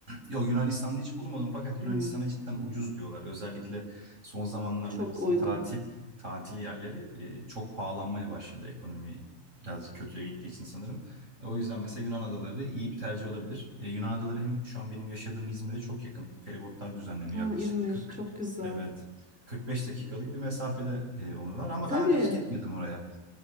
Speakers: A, on the right; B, in the centre.
A: yok Yunanistan'da hiç bulunmadım fakat Yunanistan'a
B: Hmm,
A: cidden ucuz diyorlar. Özellikle son zamanlarda
B: çok
A: bizim
B: uygun.
A: tatil tatil yerleri e, çok pahalanmaya başladı ekonomi birazcık kötüye gittiği için sanırım. E, o yüzden mesela Yunan adaları iyi bir tercih olabilir. E, Yunan adaları hem şu an benim yaşadığım İzmir'e çok yakın. Feribotlar düzenleniyor
B: Ha,
A: yaklaşık
B: İzmir
A: 40
B: çok güzel.
A: evet 45 dakikalık bir mesafede e, onlar ama
B: Tabii
A: daha önce hiç gitmedim oraya.